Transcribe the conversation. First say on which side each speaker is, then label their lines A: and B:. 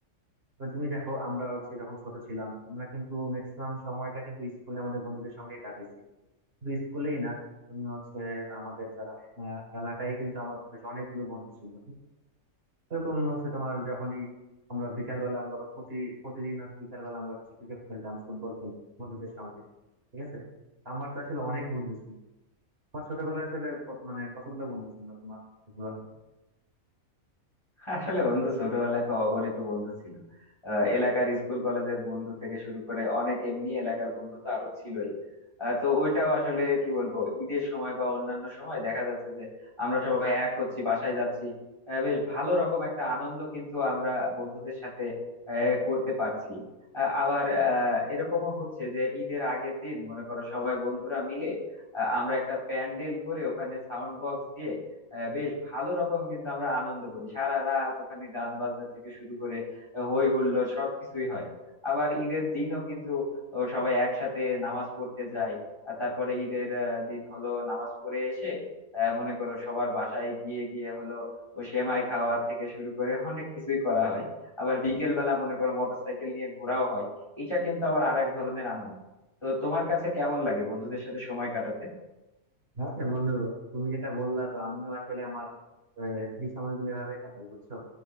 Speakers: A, on the right (about 45°); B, on the left (about 20°).
A: তো তুমি দেখো আমরা হচ্ছে যখন ছোট ছিলাম আমরা কিন্তু ম্যাক্সিমাম সময়টা কিন্তু স্কুলে আমাদের বন্ধুদের সঙ্গে কাটাইছি শুধু স্কুলেই না তুমি হচ্ছে আমাদের যারা আহ, এলাকায় কিন্তু আমার বেশ অনেকগুলো বন্ধু ছিল এরকম হচ্ছে তোমার যখনই আমরা বিকালবেলা আমরা আবার প্রতি প্রতিদিন হচ্ছে বিকালবেলা আমরা হচ্ছে ক্রিকেট খেলতাম ফুটবল খেলতাম বন্ধুদের সঙ্গে ঠিক আছে আমার তো আসলে অনেক বন্ধু ছিল আমার ছোটবেলায় আসলে কত- মানে কতগুলো বন্ধু ছিল তোমার ছোটবেলায়
B: আসলে বন্ধু ছোটবেলায় তো অগণিত বন্ধু ছিল আহ, এলাকার স্কুল কলেজের বন্ধু থেকে শুরু করে অনেক এমনি এলাকার বন্ধু তো আরো ছিলই আহ, তো ওইটাও আসলে কি বলবো ঈদের সময় বা অন্যান্য সময় দেখা যাচ্ছে যে আমরা সবাই এক হচ্ছি বাসায় যাচ্ছি আহ, বেশ ভালো রকম একটা আনন্দ কিন্তু আমরা বন্ধুদের সাথে আহ, করতে পারছি আহ, আবার আহ, এরকমও হচ্ছে যে ঈদের আগের দিন মনে করো সবাই বন্ধুরা মিলে আহ, আমরা একটা প্যান্ডেল করে ওখানে সাউন্ড বক্স দিয়ে আহ, বেশ ভালো রকম কিন্তু আমরা আনন্দ করি সারা রাত ওখানে গান বাজনা থেকে শুরু করে আহ, হই হুল্লোড় সবকিছুই হয় আবার ঈদের দিনও কিন্তু ও, সবাই একসাথে নামাজ পড়তে যায় আর তারপরে ঈদের আহ, দিন হলো নামাজ পড়ে এসে আহ, মনে করো সবার বাসায় গিয়ে গিয়ে হলো ও সেমাই খাওয়া থেকে শুরু করে অনেক কিছুই করা হয় আবার বিকেল বেলা মনে করো মোটরসাইকেল নিয়ে ঘোরাও হয় এটা কিন্তু আবার আরেক ধরনের আনন্দ তো তোমার কাছে কেমন লাগে বন্ধুদের সাথে সময় কাটাতে
A: হ্যাঁ এ বন্ধু তুমি যেটা বললা তো আমিও আসলে আমার ফ্রি সময়গুলো এভাবে কাটাই বুঝছো